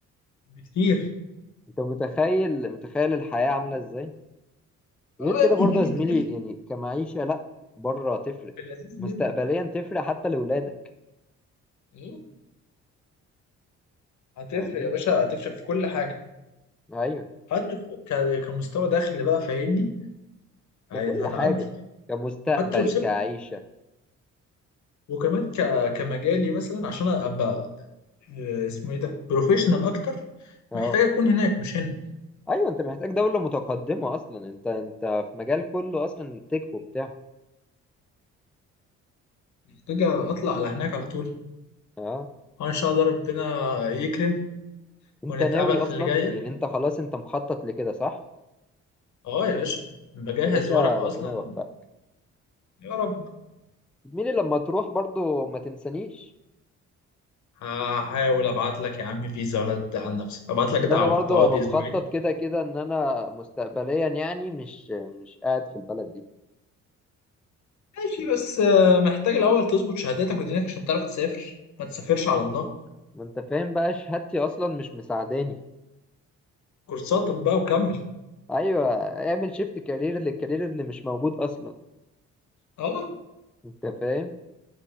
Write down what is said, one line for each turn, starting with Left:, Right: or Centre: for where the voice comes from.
Left: بكتير
Centre: انت متخيل متخيل الحياة عاملة ازاي غير
Left: اه
Centre: كده
Left: يا ابني
Centre: برضه
Left: هناك
Centre: يا زميلي
Left: الدنيا في
Centre: يعني كمعيشة لا بره تفرق
Left: في اللذيذ
Centre: مستقبليا
Left: منه
Centre: تفرق حتى لولادك
Left: ايه هتفرق
Centre: فاهمني
Left: يا باشا هتفرق في كل حاجه
Centre: ايوه
Left: حتى في- ك- كمستوى دخل بقى فاهمني هت-
Centre: ككل
Left: هتعدي
Centre: حاجة كمستقبل
Left: حتى لو سبت
Centre: كعيشة
Left: وكمان ك... كمجالي مثلا عشان ابقى آه، اسمه ايه ده بروفيشنال اكتر
Centre: اه
Left: محتاج اكون هناك مش هنا
Centre: ايوه انت محتاج دولة متقدمة اصلا انت انت في مجال كله اصلا تك وبتاع
Left: محتاج اطلع على هناك على طول
Centre: اه
Left: اه ان شاء الله ربنا يكرم
Centre: انت
Left: ونتقابل
Centre: ناوي اصلا
Left: في اللي جايه
Centre: يعني انت خلاص انت مخطط لكده صح
Left: اه يا باشا بجهز
Centre: يا باشا
Left: ورق
Centre: ربنا
Left: اصلا
Centre: يوفقك
Left: يا رب
Centre: مين لما تروح برضو ما تنسانيش
Left: هحاول ابعت لك يا عم فيزا ولا تزعل نفسك ابعت
Centre: اصل
Left: لك دعوه
Centre: انا برضو
Left: تقعد
Centre: انا
Left: اسبوعين
Centre: مخطط كده كده ان انا مستقبليا يعني مش مش قاعد في البلد دي
Left: ماشي بس آه، محتاج الاول تظبط شهاداتك ودينك عشان تعرف تسافر ما تسافرش على الله
Centre: ما انت فاهم بقى شهادتي اصلا مش مساعداني
Left: كورساتك بقى وكمل
Centre: ايوه اعمل شيفت كارير للكارير اللي مش موجود اصلا
Left: اه
Centre: انت فاهم